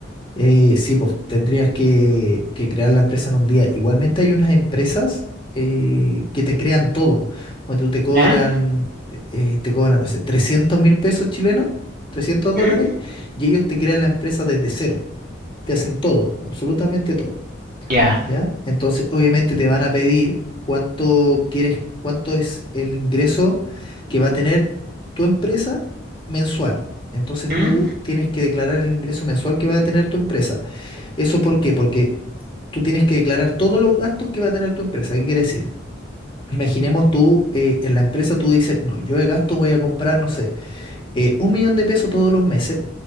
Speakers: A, on the left; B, on the right.
A: Eh, sí, pues tendrías que, que crear la empresa en un día. Igualmente hay unas empresas eh, que te crean todo. Pues tú te cobran,
B: ¿Eh?
A: eh, te cobran, no sé, trescientos mil pesos chilenos, 300 dólares,
B: ¿Mm?
A: y ellos te crean la empresa desde cero. Te hacen todo, absolutamente todo.
B: Ya.
A: ¿ya? Entonces, obviamente te van a pedir cuánto quieres, cuánto es el ingreso que va a tener tu empresa mensual. Entonces,
B: ¿Mm?
A: tú tienes que declarar el ingreso mensual que va a tener tu empresa. ¿Eso por qué? Porque tú tienes que declarar todos los gastos que va a tener tu empresa. ¿Qué quiere decir? Imaginemos tú, eh, en la empresa tú dices, no, yo de gasto voy a comprar, no sé, eh, un millón de pesos todos los meses